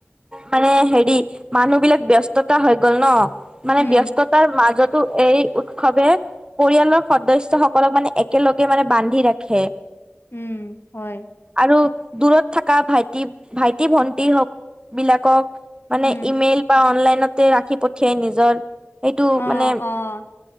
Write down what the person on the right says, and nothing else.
মানে হেৰি মানুহ বিলাক ব্যস্ততা হৈ গল ন? মানে
ব্যস্ততাৰ মাজতো এই উৎসৱে পৰিয়ালৰ সদস্য সকলক মানে একেলগে মানে বান্ধি ৰাখে।
আৰু দূৰত থকা ভাইটি ভাইটি ভন্টি হওক বিলাকক। মানে
ইমেইল বা অনলাইনতে ৰাখি পঠিয়াই নিজৰ এইটো
মানে